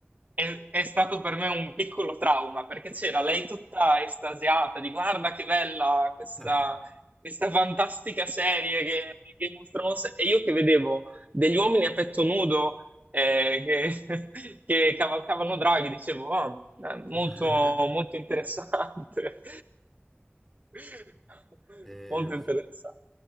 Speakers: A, on the right (about 40°); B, in the centre.
A: è, è stato per me un piccolo trauma perché c'era lei tutta estasiata di guarda che bella questa
B: Eh.
A: questa fantastica serie che, che mostra mosse- e io che vedevo degli uomini a petto nudo eh, che, <laughs> che cavalcavano draghi, dicevo, "Ah, eh, molto,
B: <laughs>
A: molto interessante, <laughs>
B: Eh,
A: molto interessante.